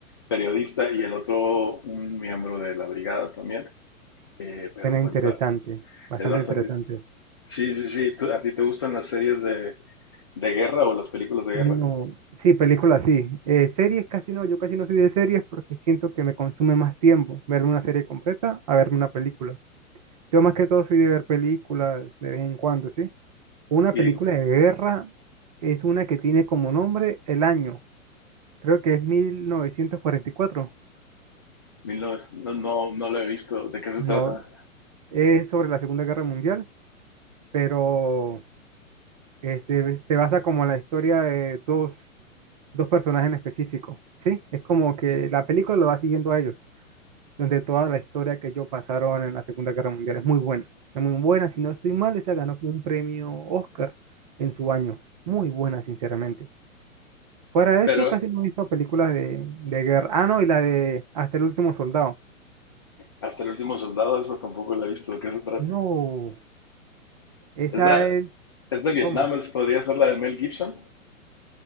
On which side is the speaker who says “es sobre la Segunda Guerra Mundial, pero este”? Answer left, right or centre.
Right